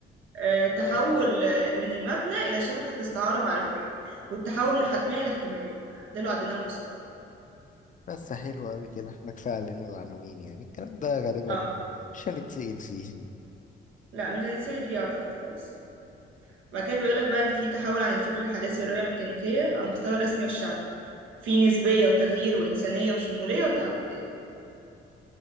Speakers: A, on the right; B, on the left.
A: آه، تحول آه، من المبنى إلى شبكة استعارة معرفية والتحول من الحتمية للاحتمالية ده اللي عديناهم بسرعة
B: بس حلو قوي كده احنا كفايه علينا العناوين يعني الكلام ده غالبا
A: اه
B: مش هنتسأل فيه
A: لا مش هنتسال فيه أعتقد خالص يعني بعد كده بيقولك بقى إن في تحول عن الفكر الحداثي والرؤية الميكانيكية على المستوى الرسمي والشعبي في نسبية وتغيير وإنسانية وشمولية وتعددية